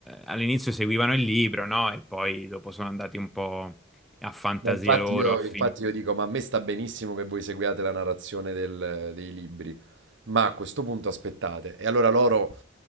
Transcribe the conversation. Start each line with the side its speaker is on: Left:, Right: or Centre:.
Centre: all'inizio seguivano il libro, no? E poi dopo sono andati un po' a fantasia
Right: Ma infatti
Centre: loro,
Right: io,
Centre: a finire.
Right: infatti io dico, ma a me sta benissimo che voi seguiate la narrazione del- dei libri, ma a questo punto aspettate. E allora loro,